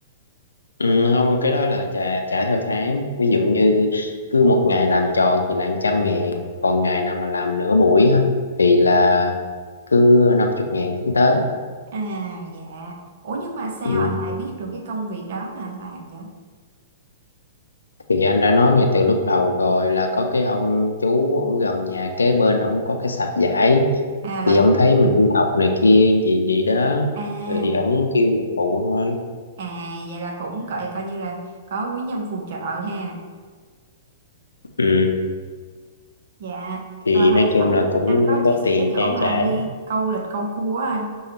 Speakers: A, on the left; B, on the right.
A: ừ, không cái đó là trả trả theo tháng ví dụ như cứ một ngày làm tròn thì là trăm ngàn còn ngày nào mà làm nửa buổi á thì là cứ năm chục ngàn tính tới
B: À dạ. Ủa nhưng mà sao
A: ừ.
B: anh lại biết được cái công việc đó mà anh làm vậy?
A: thì anh đã nói ngay từ lúc đầu rồi là có cái ông chú ông gần nhà kế bên ông có cái sạp vải
B: À là
A: thì ông thấy mình đi học này kia vậy vậy đó
B: à
A: rồi thì ông kêu mình phụ thôi
B: À vậy là cũng coi coi như là có quý nhân phù trợ ha.
A: ừ
B: Dạ.
A: thì
B: Rồi hồi
A: nói
B: nãy
A: chung
B: anh
A: là cũng
B: anh có
A: có
B: chia sẻ
A: tiền
B: cái chỗ
A: trang
B: mà
A: trải
B: anh đi câu lịch câu cua á anh